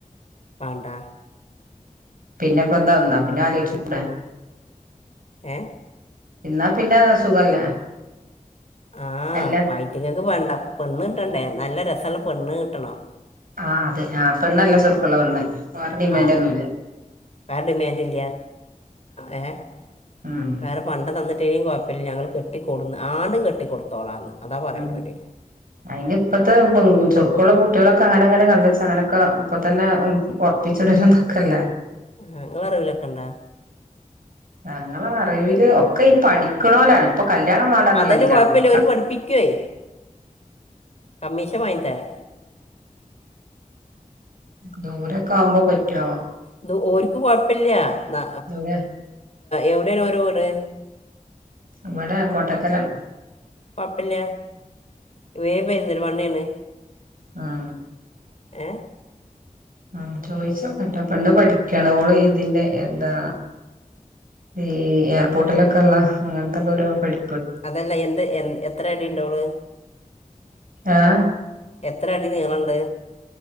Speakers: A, on the left (about 50°); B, on the right (about 90°).
A: പാണ്ടാ
B: പിന്നെ ഇപ്പൊ എന്താ? എന്നാ പിന്നെ ആലോയിച്ചൂടെ
A: ഏ?
B: എന്നാ പിന്നെ സുഖല്ലേ?
A: ആഹ്
B: അല്ല
A: അയ്റ്റിങ്ങക്ക് വേണ്ട. പെണ്ണ് കിട്ടണ്ടേ? നല്ല രസള്ള പെണ്ണ് കിട്ടണം
B: ആ അതെ ആ പെണ്ണല്ല ചൊറുക്കുള്ള പെണ്ണ്. വേറെ ഡിമാൻഡൊന്നുല്ല
A: ആ വേറെ ഡിമാൻഡില്ലാ ഏഹ്?
B: ഉം
A: വേറെ പണ്ടം തന്നി തേയും കൊഴപ്പില്ല. ഞങ്ങള് കെട്ടിക്കൊടുന്ന് ആട്ന്ന് കെട്ടിക്കൊടുത്തോളാന്ന് അതാ പറയണവര്
B: ഉം അയിന് ഇപ്പത്തെ പെൺ ചൊറുക്കുള്ള കുട്ട്യേളൊക്കെ അങ്ങനെ അങ്ങനെ കണ്ടച്ച് അങ്ങനെയൊക്കെ അപ്പൊ തന്നെ ഒറപ്പിച്ചിടരുന്നതൊക്കല്ലേ
A: ഉം നിങ്ങളെ അറിവിലൊക്കണ്ടോ?
B: ഞങ്ങള അറിവില് ഒക്കെ ഈ പഠിക്കണോലാണ് ഇപ്പൊ കല്യാണം വേണ്ടാന്നുള്ള
A: അതന്നെ
B: ഇതിലാണ്
A: കുഴപ്പമില്ല
B: ഒക്കെ
A: ഒരു പഠിപ്പിക്കുവേ കമ്മീഷൻ വാങ്ങിത്തരാ
B: ദൂരൊക്കെ ആവുമ്പോ പറ്റ്വോ?
A: ഇത് ഓര്ക്ക് കൊഴപ്പില്ല്യാ. ആ
B: ദൂരെ
A: എവിടാണ് ഓരെ വീട്?
B: ഇവിടെ കോട്ടക്കലാ
A: കൊഴപ്പില്ല ഇവര് പെരിന്തൽമണ്ണേണ്
B: ആഹ്
A: ഏ
B: ഉം ചോയിച്ചോക്ക്ട്ടോ പെണ്ണ് പഠിക്കാണ്. ഓള് ഇതിന്റെ എന്താ ഈ എയർപോർട്ടിലൊക്കെ ഉള്ള അങ്ങനത്തൊക്കെ ഒരു പഠി
A: അതല്ല എന്ത് എ എത്ര അടി ഉണ്ടോള്
B: ആഹ്
A: എത്ര അടി നീളണ്ട്?